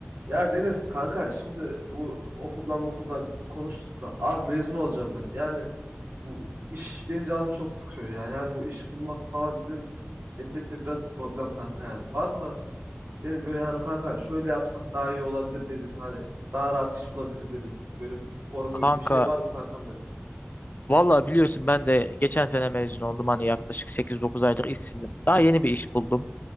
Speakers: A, on the right (about 65°); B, on the left (about 45°).
A: Ya Deniz kanka şimdi bu okuldan okuldan konuştuk da abi mezun olacağım ben. Yani bu iş benim canım çok sıkıyor ya. Yani bu iş bulmak falan bizim meslekte biraz problem kanka yani. Var mı senin böyle hani kanka şöyle yapsak daha iyi olabilir dedin. Hani daha rahat iş bulabiliriz dedin. Böyle bir formül
B: Kanka
A: bir şey var mı kankam benim?
B: vallahi biliyorsun ben de geçen sene mezun oldum hani yaklaşık sekiz dokuz aydır işsizim. Daha yeni bir iş buldum.